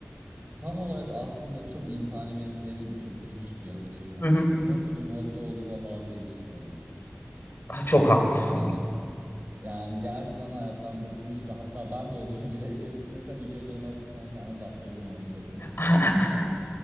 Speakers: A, on the right; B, on the left.
A: Tam olarak aslında çok insani bir yanıt vereyim mi? Çok dürüst bir yanıt vereyim mi?
B: Hı hı.
A: Nasıl bir modda olduğuma bağlı değişir sanırım.
B: Ah, Çok haklısın
A: Yani
B: ya.
A: yani gerçekten hayattan bıkmış ve hatta ben de o düşünceler içerisindeysem ilk önce onu atıp sonra kendim de atlayabilirim onun gazıyla.
B: <laughs>
A: <laughs> Ama <laughs>